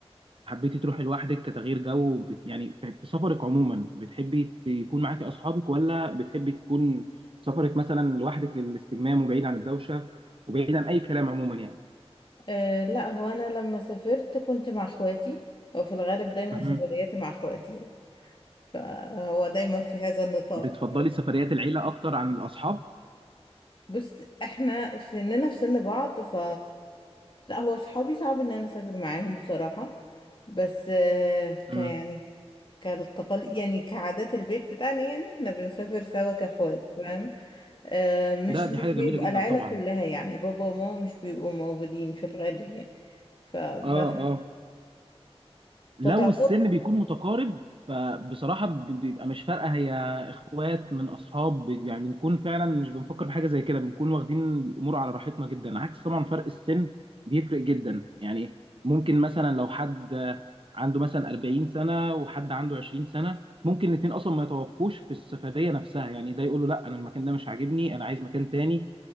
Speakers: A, on the right; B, on the left.
A: حبيتي تروحي لوحدك كتغيير جو بت... يعني في في سفرك عموما بتحبي يكون معاكي اصحابك ولا بتحبي تكون سفرك مثلا لوحدك للاستجمام وبعيد عن الدوشه وبعيد عن اي كلام عموما يعني
B: أه لا هو أنا لما سافرت كنت مع اخواتي وفي الغالب دايما
A: مهم.
B: سفرياتي مع اخواتي يعني فهو دايما في هذا النطاق
A: بتفضلي سفريات العيله اكتر عن الاصحاب
B: بص احنا سننا في سن بعض ف لا هو صحابي صعب ان انا اسافر معاهم بصراحة بس آه،
A: امم
B: ك يعني كالتقل يعني كعادات البيت بتاعنا يعني احنا بنسافر سوا كاخوات فاهم آه مش
A: ده دي
B: مش
A: حاجه جميله
B: بيبقى
A: جدا
B: العيلة
A: طبعا
B: كلها يعني بابا وماما مش بيبقوا موجودين في الغالب يعني فمثلا
A: اه اه لو
B: فتعتبر
A: السن بيكون متقارب فبصراحة ب- بيبقى مش فارقة هي اخوات من اصحاب ب- يعني بنكون فعلا مش بنفكر في حاجة زي كده بنكون واخدين الامور على راحتنا جدا عكس طبعا فرق السن بيفرق جدا يعني ممكن مثلا لو حد عنده مثلا 40 سنة وحد عنده 20 سنة ممكن الاتنين اصلا ما يتوافقوش في السفرية نفسها يعني ده يقول له لا انا المكان ده مش عاجبني انا عايز مكان تاني